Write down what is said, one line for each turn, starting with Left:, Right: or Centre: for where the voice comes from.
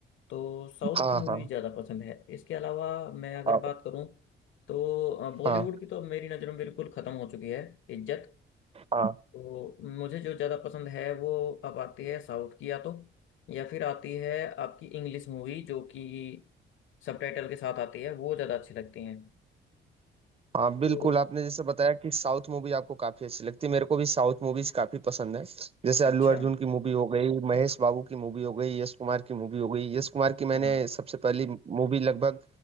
Left: तो साउथ
Right: हाँ
Left: की मूवी
Right: हाँ
Left: ज़्यादा पसंद है इसके अलावा मैं अगर
Right: हाँ
Left: बात करूँ तो बॉलीवुड
Right: हाँ
Left: की तो अब मेरी नज़र में बिल्कुल ख़त्म हो चुकी है इज्जत
Right: हाँ
Left: तो मुझे जो ज़्यादा पसंद है वो अब आती है साउथ की या तो या फिर आती है आपकी इंग्लिश मूवी जो कि सबटाइटल के साथ आती है वो ज़्यादा अच्छी लगती हैं
Right: हाँ बिल्कुल
Left: तो
Right: आपने जैसे बताया कि साउथ मूवी आपको काफी अच्छी लगती है मेरे को भी साउथ मूवीज काफी पसंद है जैसे
Left: अच्छा
Right: अल्लू अर्जुन की मूवी हो गई महेश बाबू की मूवी हो गई यश कुमार की मूवी हो गई यश कुमार की मैंने
Left: हाँ
Right: सबसे पहली मूवी लगभग